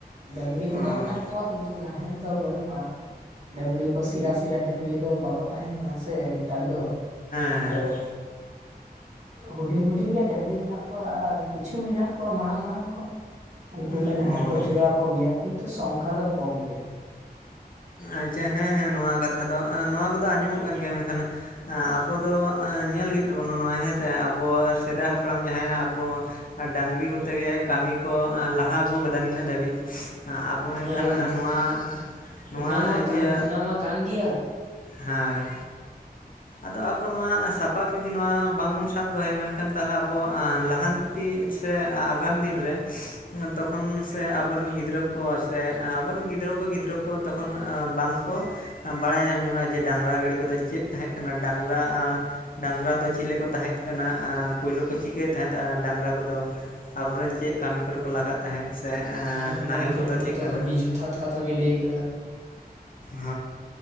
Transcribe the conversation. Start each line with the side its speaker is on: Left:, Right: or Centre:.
Right: ᱰᱟᱝᱲᱤ
Left: ᱚ
Right: ᱠᱚᱫᱚ ᱢᱮᱱᱟᱜ ᱠᱚᱣᱟ ᱠᱤᱱᱛᱩ ᱱᱟᱦᱮᱞ ᱫᱚ ᱵᱟᱹᱱᱩᱜᱼᱟ᱾ ᱰᱟᱹᱝᱲᱤ ᱠᱚ ᱥᱤᱨᱟ ᱥᱤᱨᱟ ᱰᱟᱹᱝᱲᱤ ᱫᱚ ᱵᱟᱠᱚ ᱛᱟᱦᱮᱱ ᱠᱟᱱᱟ ᱥᱮ ᱱᱮᱛᱟᱨ ᱫᱚ᱾
Left: ᱦᱮᱸ
Right: ᱟᱫᱚ ᱦᱩᱰᱤᱧ ᱦᱩᱰᱤᱧ ᱜᱮ ᱰᱟᱝᱲᱤ ᱢᱮᱱᱟᱜ ᱠᱚᱣᱟ ᱟᱨ ᱠᱤᱪᱷᱩ ᱢᱮᱱᱟᱜ ᱠᱚᱣᱟ ᱢᱟᱲᱟᱝ ᱢᱟᱲᱟᱝ ᱠᱚ᱾ ᱩᱝᱠᱩ ᱜᱮ
Left: ᱦᱮᱸ
Right: ᱱᱟᱦᱮᱞ
Left: ᱚ
Right: ᱠᱚ ᱡᱩᱨᱟᱣ ᱠᱚ ᱜᱮᱭᱟ ᱠᱤᱱᱛᱩ ᱥᱚᱝᱠᱷᱟ ᱫᱚ ᱠᱚᱢ ᱜᱮ᱾
Left: ᱟᱪᱪᱷᱟ ᱦᱮᱸ ᱦᱮᱸ ᱱᱚᱣᱟ ᱠᱟᱛᱷᱟ ᱫᱚ ᱟᱸ ᱱᱚᱣᱟ ᱠᱚᱫᱚ ᱟᱸᱡᱚᱢᱚᱜ ᱠᱟᱱ ᱜᱮᱭᱟ ᱢᱮᱱᱠᱷᱟᱱ <unintelligible> ᱟᱵᱚ ᱫᱚ ᱮᱸ ᱧᱮᱞ ᱦᱚᱭᱩᱜ ᱛᱟᱵᱚᱱᱟ ᱦᱮᱸ ᱥᱮ ᱟᱵᱚᱣᱟᱜ ᱥᱮᱫᱟᱭ ᱦᱟᱯᱲᱟᱢ ᱟᱵᱚ, ᱟ <unintelligible> ᱰᱟᱝᱨᱤ ᱠᱚᱛᱮᱜ ᱜᱮ, ᱠᱟᱹᱢᱤ ᱠᱚ ᱮᱸ ᱞᱟᱦᱟ ᱟᱹᱜᱩ ᱟᱠᱟᱫᱟ ᱱᱤᱱᱟᱹᱜ ᱫᱷᱟᱹᱵᱤᱡ ᱟᱵᱚ ᱢᱮᱱᱠᱷᱟᱱ
Right: ᱦᱮᱸ ᱜᱚᱝᱠᱮ
Left: ᱱᱚᱣᱟ? ᱱᱚᱣᱟ
Right: ᱚᱱᱟ ᱢᱟ
Left: ᱤᱭᱟᱹ
Right: ᱠᱟᱱ ᱚᱱᱟ ᱢᱟ ᱠᱟᱱ ᱜᱮᱭᱟ
Left: ᱦᱟᱸᱭ, ᱟᱫᱚ ᱟᱵᱚ ᱱᱚᱣᱟ ᱥᱟᱯᱟᱵ ᱡᱩᱫᱤ ᱱᱚᱣᱟ ᱵᱟᱝᱵᱚᱱ ᱥᱟᱵ ᱫᱚᱦᱚᱭᱟ ᱢᱮᱱᱠᱷᱟᱱ ᱛᱟᱦᱞᱮ ᱟᱵᱚ ᱞᱟᱦᱟᱱ ᱻ <unintelligible> ᱥᱮ ᱟᱜᱟᱢ ᱫᱤᱱ ᱨᱮ ᱛᱚᱠᱷᱚᱱ ᱥᱮ ᱟᱵᱚᱨᱮᱱ ᱜᱤᱫᱽᱨᱟᱹ <unintelligible> <unintelligible> ᱥᱮ ᱟᱵᱚᱨᱮᱱ ᱜᱤᱫᱽᱨᱟᱹ ᱠᱚ ᱜᱤᱫᱽᱨᱟᱹ ᱠᱚ ᱛᱚᱠᱷᱚᱱ ᱵᱟᱝᱠᱚ <inaudible> ᱵᱟᱲᱟᱭ ᱧᱟᱢ ᱡᱚᱝᱟᱜᱼᱟ ᱡᱮ ᱰᱟᱝᱨᱟ ᱜᱟᱹᱰᱤ ᱠᱚᱫᱚ ᱪᱮᱫ ᱛᱟᱦᱮᱸ ᱠᱟᱱᱟ ᱰᱟᱝᱨᱟ ᱟᱸ ᱰᱟᱝᱨᱟ ᱫᱚ ᱪᱮᱞᱤ ᱠᱚ ᱛᱟᱦᱮᱸᱫ ᱠᱟᱱᱟ ᱟᱸ ᱯᱳᱭᱞᱳ ᱠᱚ ᱪᱤᱠᱟᱹᱭᱮᱜ ᱛᱟᱦᱮᱸᱫᱼᱟ ᱰᱟᱝᱨᱟ ᱠᱚᱫᱚ? ᱟᱵᱚᱨᱮᱱ ᱪᱮᱜ ᱠᱟᱹᱢᱤ ᱠᱚᱨᱮ ᱠᱚ ᱞᱟᱜᱟᱜ <unintelligible> ᱦᱮᱸᱜ ᱥᱮ
Right: ᱦᱮᱸ
Left: ᱱᱟᱦᱮᱞ
Right: ᱜᱚᱝᱠᱮ
Left: ᱠᱚᱫᱚ
Right: ᱱᱚᱣᱟ
Left: ᱪᱮᱜ
Right: ᱛᱚ
Left: ᱠᱟᱱᱟ?
Right: ᱟᱹᱰᱤ ᱡᱚᱛᱷᱟᱛ ᱠᱟᱛᱷᱟ ᱵᱤᱱ ᱞᱟᱹᱭ ᱠᱟᱫᱟ
Left: ᱦᱳᱭ